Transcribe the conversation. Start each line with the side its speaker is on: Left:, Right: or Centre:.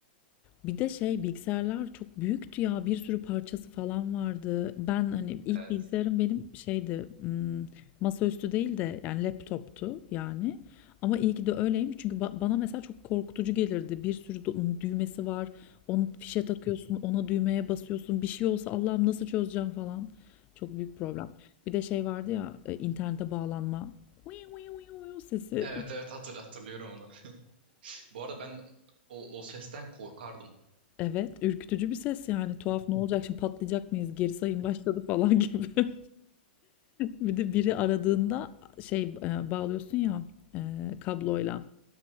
Left: Bir de şey bilgisayarlar çok büyüktü ya bir sürü parçası falan vardı. Ben hani ilk
Right: Evet.
Left: bilgisayarım benim şeydi hmm, masaüstü değil de yani laptoptu yani. Ama iyi ki de öyleymiş çünkü ba- bana mesela çok korkutucu gelirdi. Bir sürü du- düğmesi var. Onu fişe takıyorsun, ona düğmeye basıyorsun. Bir şey olsa Allah'ım nasıl çözeceğim falan. Çok büyük problem. Bir de şey vardı ya e, internete bağlanma. Uyu uyu uyu uyu sesi
Right: Evet evet hatır, hatırlıyorum onu. <laughs> Bu arada ben o, o sesten korkardım.
Left: Evet, ürkütücü bir ses yani. Tuhaf, "Ne olacak şimdi, patlayacak mıyız, geri sayım başladı." falan <laughs> gibi. Bir de biri aradığında şey, eee, bağlıyorsun ya, eee, kabloyla.